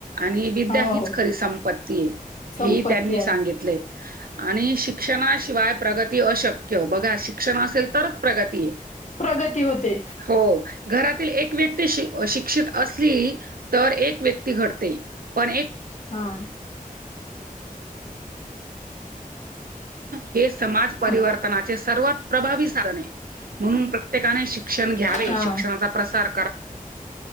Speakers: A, on the right; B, on the left.
A: आणि विद्या
B: हो
A: हीच
B: हो
A: खरी सं
B: संपत्ती
A: हे त्यांनी
B: आहे
A: सांगितले आणि शिक्षणाशिवाय प्रगती अशक बघा शिक्षण असेल तरच प्रगती आहे
B: प्रगती होते
A: हो घरातील एक व्यक्ती श शिक्षित असली तर एक व्यक्ती घडते पण एक
B: हा
A: हे समाज परिवर्तनाचे
B: हा
A: सर्वात प्रभावी साधन आहे म्हणून प्रत्येकाने शिक्षण घ्यावे
B: हा
A: शिक्षणाचा प्रसार